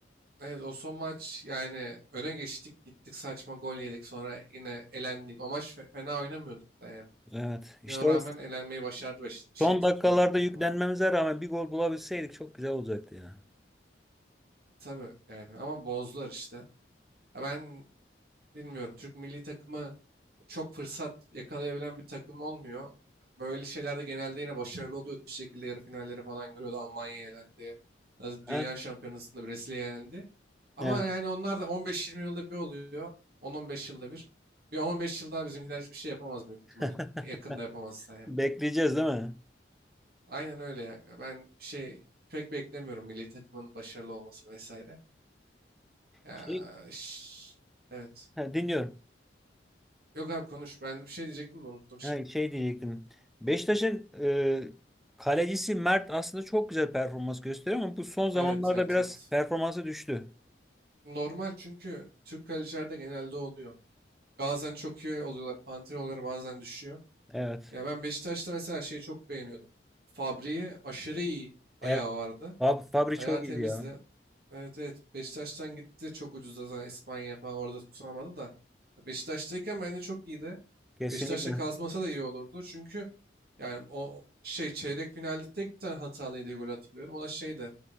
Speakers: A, on the right; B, in the centre.
A: evet o son maç yani öne geçtik gittik saçma gol yedik sonra yine elendik. O maç fe- fena oynamıyorduk da yani.
B: Evet. İşte
A: Yine o rağmen
B: o
A: elenmeyi başardı beş- şey
B: son
A: Türkiye
B: dakikalarda
A: milli takımı.
B: yüklenmemize rağmen bir gol bulabilseydik çok güzel olacaktı ya.
A: Tabii yani ama bozdular işte. Ya Ben bilmiyorum Türk milli takımı çok fırsat yakalayabilen bir takım olmuyor. Böyle şeylerde genelde yine başarılı oluyordu. Bir şekilde yarı finalleri falan görüyordu. Almanya elendi. Dünya
B: Ha?
A: Şampiyonası'nda Brezilya elendi. Ama
B: Evet.
A: yani onlar da 15-20 yılda bir oluyor. 10-15 yılda bir. Bir 15 yıl daha bizimkiler hiçbir şey yapamaz büyük ihtimal.
B: <laughs>
A: Yakında yapamazsa yani.
B: Bekleyeceğiz değil mi?
A: Aynen öyle ya. Ben bir şey pek beklemiyorum milli takımın başarılı olmasını vesaire. Ya,
B: Şey,
A: şş, evet.
B: ha, dinliyorum.
A: Yok abi konuş. Ben bir şey diyecektim de unuttum şimdi.
B: Ha, şey diyecektim. Beşiktaş'ın e, kalecisi Mert aslında çok güzel performans gösteriyor ama bu son zamanlarda
A: Evet, evet,
B: biraz
A: evet.
B: performansı düştü.
A: Normal çünkü Türk kalecilerde genelde oluyor. Bazen çok iyi oluyorlar, panter oluyorlar, bazen düşüyor.
B: Evet.
A: Ya ben Beşiktaş'ta mesela şeyi çok beğeniyordum. Fabri'yi aşırı iyi
B: Evet.
A: ayağı vardı.
B: Abi Fabri
A: Ayağı
B: çok
A: temizdi.
B: iyiydi ya.
A: Evet evet Beşiktaş'tan gitti çok ucuzda zaten İspanya'ya falan orada tutunamadı da. Beşiktaş'tayken bence çok iyiydi.
B: Kesinlikle.
A: Beşiktaş'ta kalmasa da iyi olurdu. Çünkü yani o şey çeyrek finalde tek bir tane hatalı yediği golü hatırlıyorum. O da şeydi.